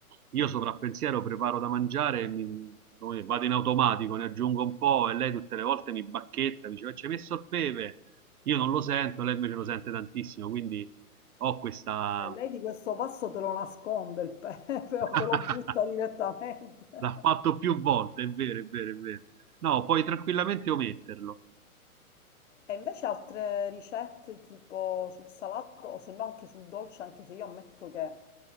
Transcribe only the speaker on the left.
eh, lei di questo passo te lo nasconde il pepe <laughs> o
te lo butta direttamente. <laughs>
E invece altre ricette tipo sul salato o se no anche sul dolce, anche se io ammetto che